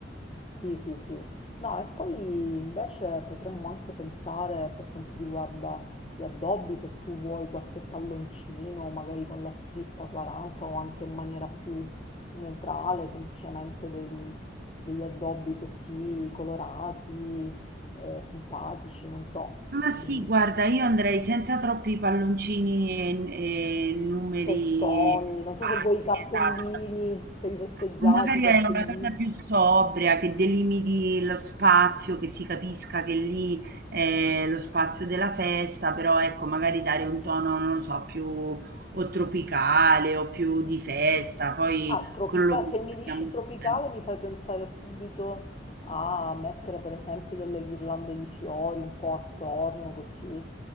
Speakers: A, on the left; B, on the right.
A: sì, sì, sì. No, e poi invece potremmo anche pensare per quanto riguarda gli addobbi, se tu vuoi qualche palloncino, magari con la scritta 40 o anche in maniera più neutrale, semplicemente de- degli addobbi così colorati, eh, simpatici, non so,
B: Ma sì,
A: mm,
B: guarda, io andrei senza troppi palloncini e, e numeri
A: festoni, non
B: sparsi,
A: so se vuoi i cappellini
B: esatto.
A: per i festeggiati,
B: Magari
A: i cappellini.
B: è una cosa più sobria, che delimiti lo spazio, che si capisca che lì è lo spazio della festa, però ecco, magari dare un tono, non lo so, più o tropicale o più di festa, poi
A: Ah, tropica-
B: quello lo condividiamo.
A: se mi dici
B: insieme.
A: tropicale mi fai pensare subito a mettere per esempio delle ghirlande di fiori un po' attorno così